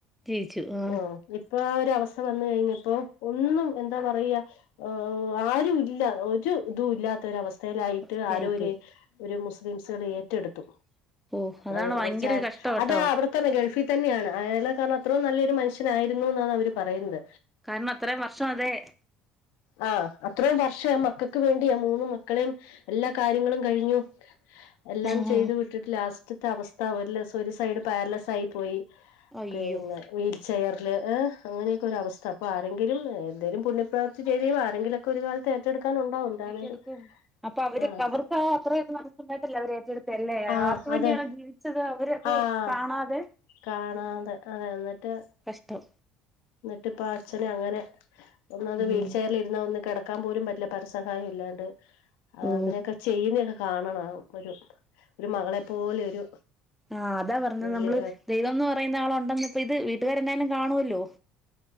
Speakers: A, in the centre; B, on the left.
A: ജീവിച്ചു ആഹ്
B: ഉം ഇപ്പ രവസ്ഥ വന്ന് കഴിഞ്ഞപ്പോ ഒന്നും, എന്താ പറയാ ഉം ആരുവിൽ ഇല്ല ഒരു ഇതും ഇല്ലാത്ത ഒരവസ്ഥയിലായിട്ട്
A: അവസ്ഥയായി
B: ആരോ ഒരു
A: പോയി
B: ഒരു മുസ് മ്സ് അത് ഏറ്റെടുത്തു
A: ഓ അതാണ്
B: അവര്
A: ഭയങ്കര
B: അത് ചാരിറ്റി.
A: കഷ്ടം കേട്ടോ
B: അത് അവിടെത്തന്നെ ഗൾഫിൽ തന്നെയാണ് അയാള് കാരണം അത്രോം നല്ലയൊരു മനുഷ്യനായിരുന്നു എന്നാണ് അവര് പറയുന്നത്.
A: കാരണം അത്രയും വർഷം അതെ
B: ആ അത്രയും വർഷം ആ മക്കക്ക് വേണ്ടിയാ മൂന്നു മക്കളേം എല്ലാ കാര്യങ്ങളും കഴിഞ്ഞു. എല്ലാം
A: ആഹ്
B: ചെയ്ത് വിട്ടിട്ട് ലാസ്റ്റത്തെ അവസ്ഥ, ഒരു ദീസം ഒരു സൈഡ് പാരലൈസ് ആയി പോയി.
A: അയ്യോ
B: പിന്നെ വീൽചെയർ റില് അങ്ങനൊക്കെ ഒരവസ്ഥ അപ്പൊ ആരെങ്കിലും എന്തേലും പുണ്യപ്രവർത്തി ചെയ്താ ആരെങ്കിലൊക്കെ ഒരു കാലത്ത് ഏറ്റെടുക്കാനുണ്ടാവും എന്താണേലും
A: ഏറ്റെടുക്കും, അപ്പൊ അവര്
B: ആഹ്
A: അവർക്ക് ആ അത്രേത് മനസ്സുണ്ടായിട്ടല്ലേ അവര് ഏറ്റെടുത്തെല്ലേ
B: ആഹ്
A: ആർക്കു വേണ്ടിയാണോ
B: അതെ
A: ജീവിച്ചത് അവരത്
B: ആഹ്
A: കാണാതെ
B: കാണാതെ അതെ എന്നിട്ട്
A: കഷ്ടം
B: എന്നിട്ടിപ്പൊ അച്ഛനെ അങ്ങനെ ഒന്നാത്
A: ഉം
B: വീൽ ചെയറിൽ ഇരുന്നാ ഒന്ന് കിടക്കാൻ പോലും പറ്റില്ല പരസഹായം ഇല്ലാണ്ട്.
A: ഓ
B: അതിനൊക്കെ ചെയ്യുന്നെയൊക്കെ കാണണം ഒരു ഒരു മകളെപ്പോലെ ഒരു
A: ആ അതാ പറഞ്ഞത്
B: പുള്ളി
A: നമ്മള് ദൈവം എന്ന് പറയുന്ന ആളൊണ്ടെന്ന് ഇപ്പ ഇത് വീട്ടുകാരെന്നായാലും കാണുവല്ലോ. ല്ലോ